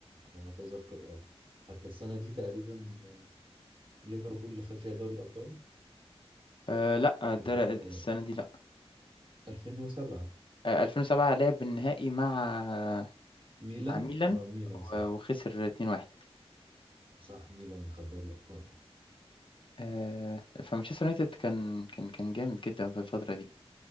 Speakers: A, on the right (about 50°); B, on the left (about 50°).
A: على ما أتذكر أه حتى السنة دي تقريبا آه، ليفربول اللي خد فيها دوري الأبطال
B: آه لا الدر-
A: 2000 و-
B: السنة دي لا
A: 2007
B: آه، 2007 لعب النهائي مع
A: ميلان
B: مع ميلان
A: أه ميلان
B: و-
A: صح
B: وخسر 2-1
A: صح ميلان اللي خد دوري الأبطال
B: آه، فمانشستر يونايتد كان كان كان جامد جدا في الفترة دي